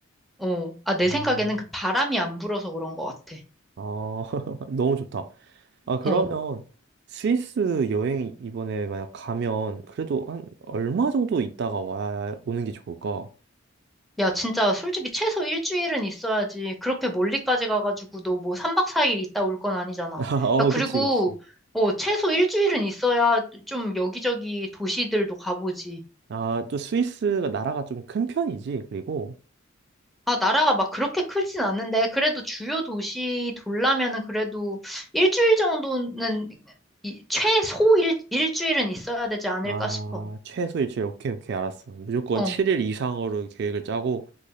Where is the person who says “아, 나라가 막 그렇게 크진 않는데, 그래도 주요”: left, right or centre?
Centre